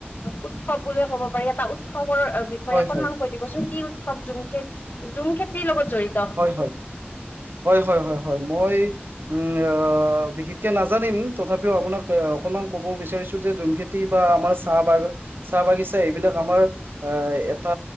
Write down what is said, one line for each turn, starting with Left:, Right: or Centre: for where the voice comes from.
Left: উৎসৱ বুলিয়ে ক'ব পাৰি, এটা উৎসৱৰ বিষয়ে
Right: হয়,
Left: অকনমান
Right: হয়।
Left: কৈ দিব। চোন, কি উৎসৱ জুমখেতি, জুম খেতিৰ লগত জড়িত।
Right: হয় হয়, হয় হয় হয় হয়। মই উম অ বিশেষকে নাজানিম তথাপিও আপোনাক অকনমান ক'ব বিচাৰিছো যে জুমখিত তি বা আমাৰ চাহ বাগান চাহ বাগিচা এইবিলাক আমাৰ আহ এটা